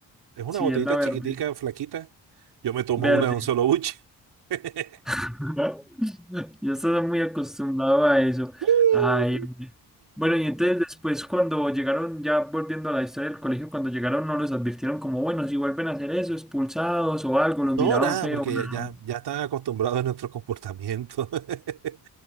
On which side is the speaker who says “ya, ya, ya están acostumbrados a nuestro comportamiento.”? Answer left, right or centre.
Right